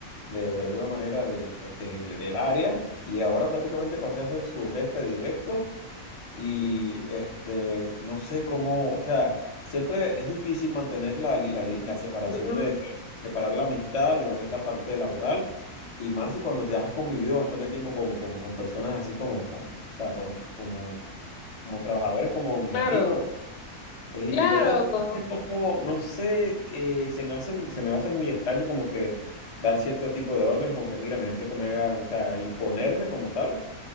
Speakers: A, on the left; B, on the left.
A: de, de alguna manera de, de- de- del área y ahora prácticamente pasé a ser su jefe directo. Y este, no sé cómo, o sea, siempre es difícil mantener la, la li- la separación
B: Ujú.
A: de, separar la amistad de lo que es la parte laboral, y más si cuando ya has convivido bastante tiempo con, con, con personas así como, con- o sea, como, como, como trabajadores, como mis
B: Claro,
A: amigos. eh,
B: claro.
A: y entonces, es como, no sé, eh, se me hace, se me va a hacer muy extraño como que dar cierto tipo de órdenes, como que mira, necesito que me hagan, o sea, imponerme como tal